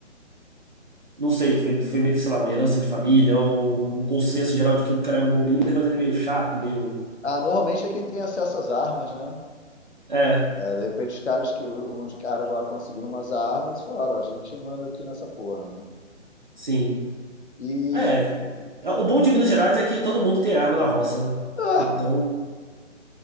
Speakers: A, on the right; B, on the left.
A: Não sei, foi, foi meio que, sei lá, uma herança de família ou um consenso geral de que o cara é um bom líder, mas ele é meio chato, meio.
B: Ah, normalmente é quem tem acesso às armas, né?
A: É,
B: É, de repente os caras que uns caras lá conseguiram umas armas e falaram, ó, a gente manda aqui nessa porra, né?
A: sim.
B: E
A: É. é, O bom de Minas Gerais é que todo mundo tem arma na roça, né?
B: <laughs> ah,
A: Então,